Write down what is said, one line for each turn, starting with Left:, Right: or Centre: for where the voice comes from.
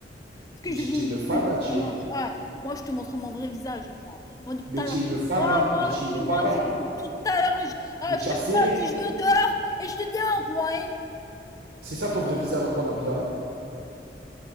Left: est
Right: Mais
Left: que
Right: tu
Left: je viens,
Right: tu es une fada,
Left: je te je
Right: tu
Left: te montre.
Right: es,
Left: Ah, moi, je te montre mon vrai visage, moi. Moi, depuis
Right: mais
Left: tout à
Right: tu
Left: l'heure.
Right: es une fada,
Left: Oh, moi
Right: mais tu
Left: aussi,
Right: es une
Left: moi
Right: fada,
Left: aussi, depuis tout à l'heure, je, ah,
Right: mais
Left: je
Right: tu
Left: te
Right: as serré.
Left: parle si je veux dehors et je te démontre, moi, hein.
Right: C'est ça ton vrai visage à toi, Nabila, hein?